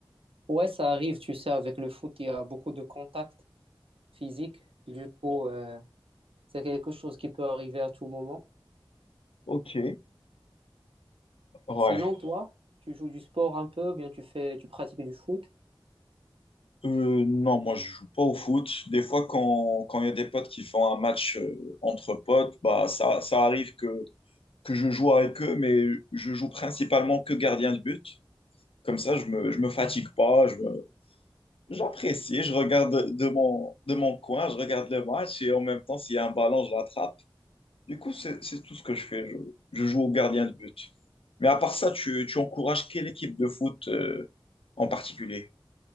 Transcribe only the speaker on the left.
Ok. Ouais,
Euh, non, moi je joue pas au foot. Des fois, quand quand il y a des potes qui font un match euh, entre potes, bah ça, ça arrive que, que je joue avec eux, mais je joue principalement que gardien de but. Comme ça, je me, je me fatigue pas, je me- j'apprécie, je regarde de, de mon, de mon coin, je regarde le match et en même temps, s'il y a un ballon, je l'attrape. Du coup, c'est, c'est tout ce que je fais. Je, je joue au gardien de but. Mais à part ça, tu, tu encourages quelle équipe de foot euh, en particulier?